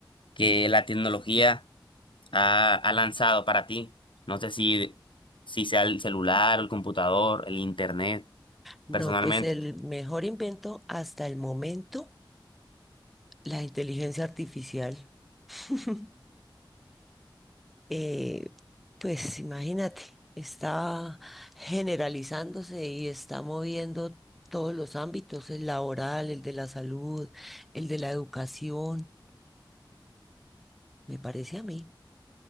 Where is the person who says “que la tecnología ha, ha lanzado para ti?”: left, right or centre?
Left